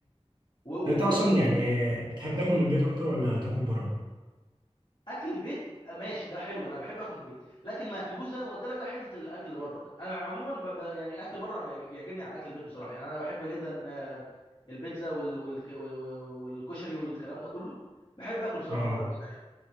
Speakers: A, on the left (about 50°); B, on the right (about 45°).
A: و- و-
B: انت اصلا
A: و-
B: يعني بتحب تاكل من البيت اكتر ولا تاكل بره
A: اكل البيت ماشي ده حلو انا بحب اكل البيت لكن ما يعملوش زي ما قلت لك بقى حته الاكل بره وكده انا عموما ب... ب... يعني اكل بره بيعج- بيعجبني عن اكل البيت بصراحه يعني انا بحب جدا آه، البيتزا وال... وال... والكشري والكلام ده كله بحب اكله بصراحه
B: اه
A: بره البيت عادي